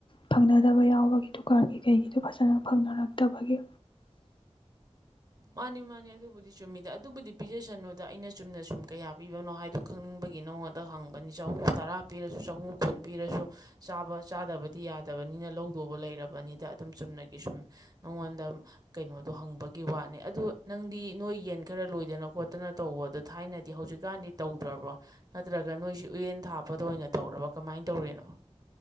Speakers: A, on the left (about 45°); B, on the right (about 35°).
A: ꯐꯪꯅꯗꯕ ꯌꯥꯎꯕꯒꯤ ꯗꯨꯀꯥꯟꯒꯤ ꯀꯩꯒꯤꯗꯣ ꯐꯖꯅ ꯐꯪꯅꯔꯛꯇꯕꯒꯤ
B: ꯃꯥꯅꯤ ꯃꯥꯅꯦ ꯑꯗꯨꯕꯨꯗꯤ ꯆꯨꯝꯃꯤꯗ ꯑꯗꯨꯕꯨꯗꯤ ꯄꯤꯖꯁꯅꯨꯗ ꯑꯩꯅ ꯆꯨꯝꯅ ꯁꯨꯝ ꯀꯌꯥ ꯄꯤꯕꯅꯣ ꯍꯥꯏꯗꯣ ꯈꯪꯅꯤꯡꯕꯒꯤ ꯅꯉꯣꯟꯗ ꯍꯪꯕꯅꯤ ꯆꯍꯨꯝ ꯇꯔꯥ ꯄꯤꯔꯁꯨ ꯆꯍꯨꯝ ꯈꯨꯟ ꯄꯤꯔꯁꯨ ꯆꯥꯕ ꯆꯥꯗꯕ ꯗꯤ ꯌꯥꯗꯕꯅꯤꯅ ꯂꯧꯗꯧꯕ ꯂꯩꯔꯕꯅꯤꯗ ꯑꯗꯨꯝ ꯆꯨꯝꯅꯒꯤ ꯁꯨꯝ ꯅꯉꯣꯟꯗ ꯀꯩꯅꯣꯗꯣ ꯍꯪꯕꯒꯤ ꯋꯥꯠꯅꯦ ꯑꯗꯨꯗ ꯅꯪꯗꯤ ꯅꯣꯏ ꯌꯦꯟ ꯈꯔ ꯂꯣꯏꯗꯅ ꯈꯣꯠꯇꯅ ꯇꯧꯕ ꯑꯗꯨꯣ ꯊꯥꯏꯅꯗꯤ ꯍꯧꯖꯤꯛꯀꯥꯟꯗꯤ ꯇꯧꯗ꯭ꯔꯕꯣ ꯅꯠꯇ꯭ꯔꯒ ꯅꯣꯏꯁꯤ ꯎꯌꯦꯟ ꯊꯥꯞꯄꯗ ꯑꯣꯏꯅ ꯇꯧꯔꯕ ꯀꯃꯥꯏꯅ ꯇꯧꯔꯤꯅꯣ